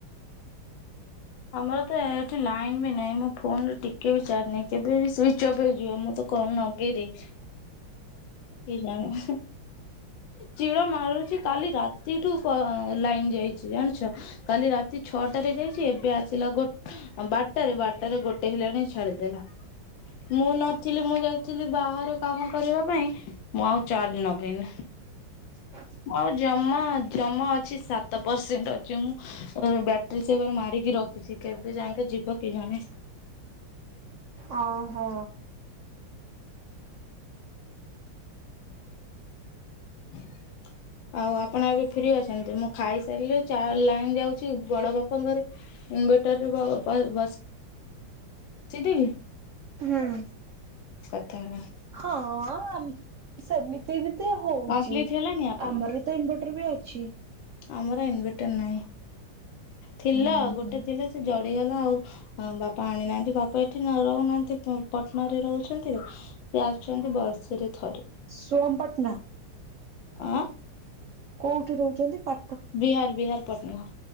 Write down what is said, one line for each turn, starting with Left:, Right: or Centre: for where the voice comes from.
Left: ଆମର ତ ଏଠି ଲାଇନ୍ ବି ନାହିଁ ମୋ ଫୋନ ଟିକେ ବି ଚାର୍ଜ ନାହିଁ କେବେ ସୁଇଚ ଅଫ୍ ହେଇଯିବ ମୁଁ ତ କଣ ଲଗେଇ ଦେଇଛି କି ଜଣ ଚିଡ଼ ମାରୁଛି କାଲି ରାତିଠୁ କ ଲାଇନ୍ ଯାଇଛି ଜାଣିଛ। କାଲି ରାତି ଛଅଟାରେ ଯାଇଛି ଏ ଏବେ ଆସିଲା ଗ ବାରଟାରେ ବାରଟାରେ ଗୋଟେ ହେଲାଣି ଛାଡିଦେଲା। ମୁଁ ନଥିଲି ମୁଁ ଯାଇଥିଲି ବାହାରୁ କାମ କରିବା ପାଇଁ ମୁଁ ଆଉ ଚାର୍ଯ ଲଗେଇନି।
Right: ଆ
Left: ଆଁ ଜମା ଜମା ଅଛି ସାତ ପରସେଣ୍ଟ ଅଛି ମୁଁ ବ୍ୟାଟେରୀ ସେବାରୁ ମାରିକି ରଖିଛି କେବେ ଯାଇକ ଯିବ କି ଜଣେ।
Right: ଓ ହୋ।
Left: ହୁଁ ଆଉ ଆପଣ ଏବେ ଫ୍ରି ଅଛନ୍ତି ମୁଁ ଖାଇସାରିଲି ଚା ଲାଇନ୍ ଯାଉଛି ବଡ ବାପାଙ୍କରେ ଇନଭେଟରରେ ବ ବ ବସ ସିଦ୍ଧିିବି
Right: ହୁଁ।
Left: କଥା ହେ
Right: ହଁ ସେମିତି ବି ତ ହଉଛି
Left: କମ୍ପ୍ଲିଟ ହେଲାଣି ଆପଣଙ୍କ
Right: ଆମର ତ ତ ଇନଭର୍ଟର ବି ଅଛି।
Left: ଆମର ଇନଭେଟର ନାହିଁ ଥିଲା
Right: ହୁଁ
Left: ଗୋଟେ
Right: ହୁଁ
Left: ଥିଲା ସେ ଜଳିଗଲା ଆଉ ଆ ବାପା ଆଣିନାହାନ୍ତି ବାପା ଏଠି ରହୁନାହାନ୍ତି ପଟନା ରେ ରହୁଛନ୍ତି ତ ସେ ଆସୁଛନ୍ତି ବର୍ଷରେ ଥରେ।
Right: ସୋମପଟନା
Left: ଆ
Right: କୋଉଠି ରହୁଛନ୍ତି ପା
Left: ବିହାର ବିହାର ପଟନା